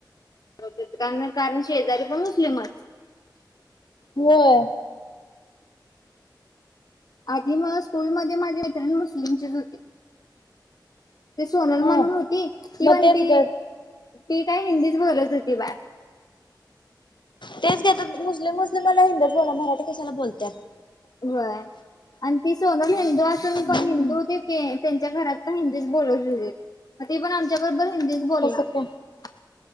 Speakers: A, on the left; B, on the left.
A: <unintelligible> कान कारण शेजारी पण रुसले मज
B: होय.
A: आधी मय स्कूलमध्ये माझी मित्रिण मुस्लिम ची होती. ती सोनल
B: हा
A: म्हणून होती. ती
B: मग
A: पण
B: तेच
A: ती
B: ग
A: ती काय हिंदीच बोलत होती बाय
B: तेच घेतात. मुस्लिम मुस्लिम मना हिंदच बोला मराठी कशाला बोलतात.
A: होय. आणि ती सोनल हिंदू असून पम
B: हम्म
A: हिंदू होती ते त्यांच्या घरात पण हिंदीच बोलत होतेत. ती पण आमच्या बरोबर हिंदीच बोलणार.
B: कसं काय